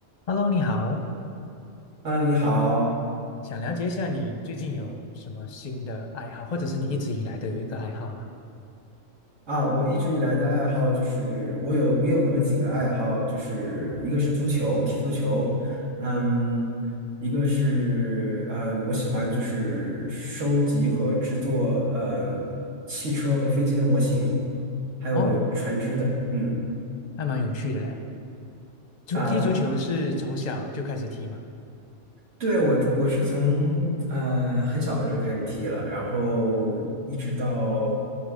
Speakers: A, on the left (about 40°); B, on the right (about 70°).
A: Hello，你好，
B: Hello，你好
A: 想了解一下你最近有什么新的爱好，或者是你一直以来都有一个爱好吗？
B: 啊！我一直以来的爱好就是我有我有那么几个爱好，就是一个是足球，踢足球，嗯，一个是嗯，我喜欢就是收集和制作嗯汽车和飞机的模型，还有船只的，
A: 哦，
B: 嗯。
A: 还蛮有趣的嘞。足踢足球是从小就开始踢吗？
B: 啊。对，我的我是从呃很小的时候就开始踢了，然后一直到